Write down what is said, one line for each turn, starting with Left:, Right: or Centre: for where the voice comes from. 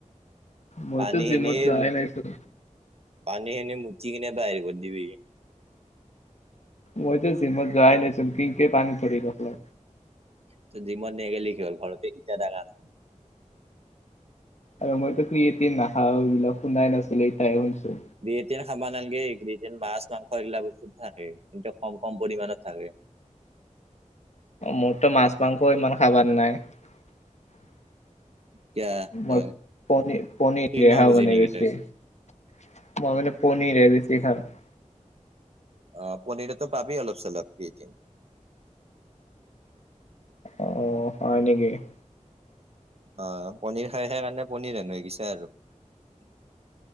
Left: মইতো
Right: পানীখিনিয়ে
Left: জিমত যোৱাই নাইচোন
Right: পানী এনে মুচি কিনে বাহিৰ কৰি দিবি <unintelligible>
Left: মইটো জিমত যোৱাই নাই <unintelligible> পানী ধৰিব <unintelligible>
Right: ত‌ই জিমত নেগেলি কি হল ঘৰতে হিকা থাকা <unintelligible>
Left: আৰু মইতো ক্ৰিয়েটভ নহয় এইবিলাক শুনাই নাছিলো ইটাই শুনছো <unintelligible>
Right: বিয়েৰ-চিয়েৰ খাব নালাগে মাছ-মাংস এইগিলা বস্তুত থাকে কিন্তু কম-কম পৰিমানত খাবি <unintelligible>
Left: মোৰতো মাছ-মাংস ইমান খাবান নাই <unintelligible>
Right: এতিয়া তই
Left: <unintelligible> পনীৰ-পনীৰ
Right: তৃণ
Left: ৰেহা
Right: ভোজি
Left: মানে
Right: নেকি
Left: বেছি
Right: তই
Left: <inaudible> ম‌ই মানে পনীৰ হে বেছি খাই <unintelligible>
Right: অ পনীৰতো পাবি অলপ-চলপ <unintelligible>
Left: অ হয় নেকি? <unintelligible>
Right: অ পনিৰ খাই সেইকাৰণে পনিৰ হেন হৈ গৈছা আৰু <unintelligible>